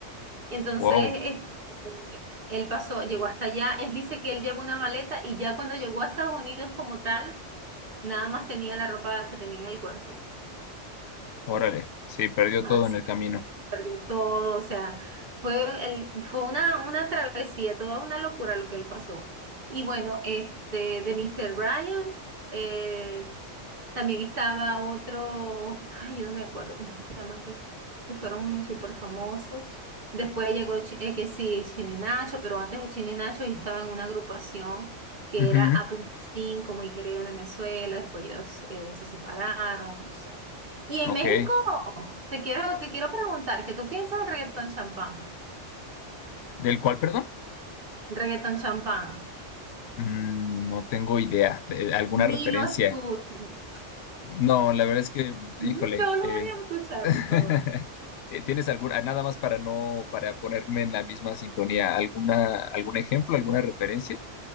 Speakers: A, on the right; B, on the left.
A: Entonces,
B: Wow,
A: este, él pasó, llegó hasta allá, él dice que él llevó una maleta y ya cuando llegó a Estados Unidos como tal, nada más tenía la ropa que tenía en el cuerpo.
B: órale. Sí, perdió
A: así
B: todo en el camino.
A: perdí todo, o sea, fue, el- fue una, una travesía, toda una locura lo que él pasó. Y bueno, este, de Mr. Ryan, eh, también estaba otro, ay, yo no me acuerdo cómo es que se llama, que, que fueron súper famosos. Después llegó Chi- eh, que sí, Chino y Nacho, pero antes de Chino y Nacho yo estaba en una agrupación que
B: Ujú,
A: era A.5, muy querida en Venezuela, después ellos eh, se separaron, no sé. Y en
B: Ok.
A: México, te quiero, te quiero preguntar, ¿qué tú piensas del reggaetón champán?
B: ¿Del cual, perdón?
A: El reggaetón champán.
B: Mm, no tengo idea. ¿De alguna
A: Ni
B: referencia?
A: lo escuches.
B: No, la verdad es que,
A: No
B: híjole.
A: lo
B: eh,
A: voy a escuchar,
B: <laughs>
A: por favor.
B: eh, ¿Tienes alguna, nada más para no, para ponerme en la misma sintonía, alguna, algún ejemplo, alguna referencia?